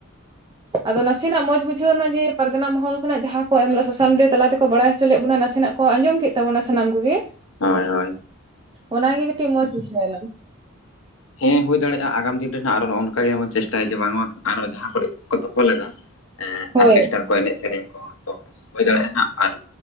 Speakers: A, on the right; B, on the left.
A: <inaudible> ᱟᱫᱚ ᱱᱟᱥᱮᱱᱟᱜ ᱢᱚᱡᱽ ᱵᱩᱡᱷᱟᱹᱣ ᱮᱱᱟ ᱡᱮ, ᱯᱟᱨᱜᱟᱱᱟ ᱢᱚᱦᱚᱞ ᱠᱷᱚᱱᱟᱜ ᱡᱟᱦᱟᱸ ᱠᱚ ᱮᱢ ᱞᱮᱫ ᱥᱳᱥᱟᱞ ᱢᱤᱰᱤᱭᱟ ᱛᱟᱞᱟ ᱛᱮᱠᱚ ᱵᱟᱲᱟᱭ ᱦᱚᱪᱚ ᱞᱮᱫ ᱵᱚᱱᱟ ᱱᱟᱥᱮᱱᱟᱜ ᱠᱚ ᱟᱸᱡᱚᱢ ᱠᱮᱫ ᱛᱟᱵᱚᱱᱟ ᱥᱟᱱᱟᱢ ᱠᱚᱜᱮ ᱾
B: ᱦᱳᱭ ᱦᱳᱭ ᱾
A: ᱚᱱᱟᱜᱮ ᱠᱟᱹᱴᱤᱡ ᱢᱚᱡᱽ ᱵᱩᱡᱷᱟᱹᱣ ᱮᱱᱟ ᱾
B: ᱦᱮᱸ ᱦᱩᱭ ᱫᱟᱲᱮᱭᱟᱜᱼᱟ ᱟᱜᱟᱢ ᱫᱤᱱ ᱨᱮᱱᱟᱜ ᱟᱨᱚ ᱱᱚᱜᱼᱚ ᱱᱚᱝᱠᱟ ᱜᱮᱵᱚᱱ ᱪᱮᱥᱴᱟᱭᱟ ᱡᱮ ᱵᱟᱝᱢᱟ ᱟᱨᱚ ᱡᱟᱦᱟᱸ ᱠᱚᱨᱮ ᱠᱚ ᱛᱚᱯᱚᱞ ᱞᱮᱫᱟ ᱾ ᱦᱮᱸ
A: ᱦᱳᱭ
B: ᱚᱨᱠᱮᱥᱴᱟᱨ ᱠᱚ ᱮᱱᱮᱡ ᱥᱮᱨᱮᱧ ᱠᱚ ᱛᱚ ᱦᱩᱭ ᱫᱟᱲᱮᱭᱟᱜᱼᱟ ᱦᱟᱸᱜ ᱟᱨ